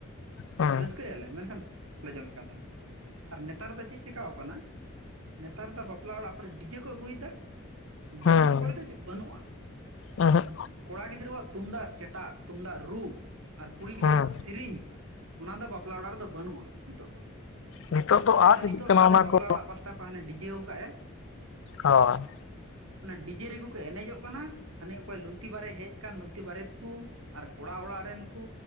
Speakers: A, on the left; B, on the right.
A: ᱦᱮᱸ
B: ᱨᱟᱹᱥ ᱞᱟᱹᱭ ᱟᱞᱮ ᱢᱮᱱᱠᱷᱟᱱ ᱵᱟᱞᱮ ᱡᱚᱢᱮᱫ ᱠᱟᱱ ᱛᱟᱦᱮᱱᱟ ᱾ᱟᱨ ᱱᱮᱛᱟᱨ ᱫᱚ ᱪᱮᱫ ᱪᱮᱠᱟᱣ ᱠᱟᱱᱟ ᱱᱮᱛᱟᱨ ᱫᱚ ᱵᱟᱯᱞᱟ ᱚᱲᱟᱜ ᱠᱚᱨᱮ ᱰᱤᱡᱮ ᱠᱚ ᱟᱹᱜᱩᱭ ᱫᱟ᱾ ᱫᱚᱝ
A: ᱦᱮᱸ ᱦᱮᱸ
B: ᱥᱚᱜᱚᱭ ᱫᱚ ᱵᱟᱹᱱᱩᱜ-ᱟ᱾
A: ᱩᱸᱦᱩᱜ
B: ᱠᱚᱲᱟ ᱜᱤᱫᱽᱨᱟᱹᱣᱟᱜ ᱛᱩᱢᱫᱟᱜ ᱪᱮᱴᱟᱜ ᱛᱩᱢᱫᱟᱜ ᱨᱩ ᱟᱨ ᱠᱩᱲᱤ ᱜᱤᱫᱽᱨᱟᱹᱣᱟᱜ
A: ᱦᱮᱸ
B: ᱥᱤᱨᱤᱧ ᱚᱱᱟ ᱫᱚ ᱵᱟᱯ ᱵᱟᱯᱞᱟ ᱚᱲᱟᱜ ᱨᱮᱫᱚ ᱵᱟᱹᱱᱩᱜ-ᱟ ᱱᱤᱛᱳᱜ ᱫᱚ᱾ᱟᱫᱚ
A: ᱱᱤᱛᱚᱜ ᱫᱚ ᱟᱫ ᱤᱫᱤᱜ
B: ᱱᱤᱛᱳᱜ
A: ᱠᱟᱱᱟ
B: ᱫᱚ ᱦᱟᱱᱮ
A: ᱚᱱᱟ
B: ᱵᱟᱯᱞᱟ
A: ᱠᱚ
B: ᱚᱲᱟᱜ ᱯᱟᱥᱟᱴᱟ ᱦᱟᱱᱮ ᱚᱠᱚᱭ ᱰᱤᱡᱮᱣ ᱠᱟᱜ ᱮ᱾
A: ᱦᱚᱸ᱾
B: ᱚᱱᱟ ᱰᱤᱡᱮ ᱨᱮᱜᱮ ᱠᱚ ᱮᱱᱮᱡᱚᱜ ᱠᱟᱱᱟ᱾ ᱦᱟᱱᱤ ᱚᱠᱚᱭ ᱞᱩᱝᱛᱤ ᱵᱟᱨᱮ ᱦᱮᱡ ᱟᱠᱟᱱ ᱞᱩᱝᱛᱤ ᱵᱟᱨᱮᱛ ᱠᱩ ᱟᱨ ᱠᱚᱲᱟ ᱚᱲᱟᱜ ᱨᱮᱱ ᱠᱩ